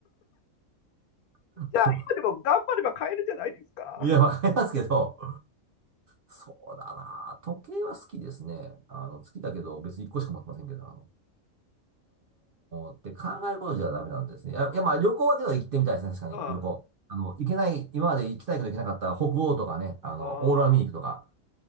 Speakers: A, on the right; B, on the left.
A: <laughs> こ
B: あ、今でも頑張れば買えるじゃないですか。
A: ういや、わかりますけど、そうだな。時計は好きですね。あの、好きだけど、別に1個しか持ってませんけど、あの、うーん、って考えることじゃダメなんですね。いや、
B: うん、
A: いやまあ、旅行はでは行ってみたいですね、確かに、
B: ああ、
A: 旅行。あの、行けない、今まで行きたいけど行けなかった北欧とかね、あの、
B: あ
A: オーロラ見に行くとか。